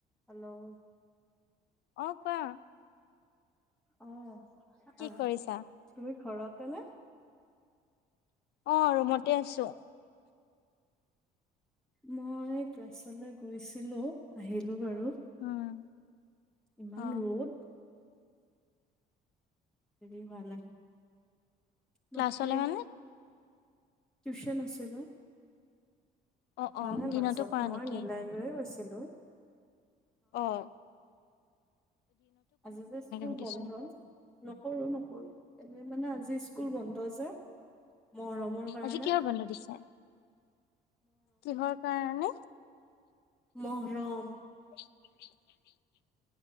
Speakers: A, in the centre; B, on the left.
A: Hello
B: অ কোৱা
A: অহ
B: কি
A: অহ
B: কৰিছা?
A: তুমি ঘৰতে নে
B: অ ৰুমতে আছো
A: মই ক্লাছলে গৈছিলো আহিলো বাৰু
B: উম
A: ইমান
B: অ
A: ৰ'দ হেৰি হোৱা নাই
B: ক্লাছলে
A: বাপৰে
B: মানে
A: টিউশ্যন আছিলে
B: অ
A: মানে
B: অ দিনতো
A: মাজত
B: কৰা
A: মই
B: নেকি?
A: মিলাই লৈয়ে গৈছিলোঁ
B: অহ
A: আজি যে স্কুল
B: সুধিছো
A: বন্ধ নকৰো নকৰো এনে মানে আজি স্কুল বন্ধ যে মৰমৰ কাৰণে
B: আজি কিহৰ বন্ধ দিছে কিহৰ কাৰণে
A: মহৰণ।
B: <unintelligible>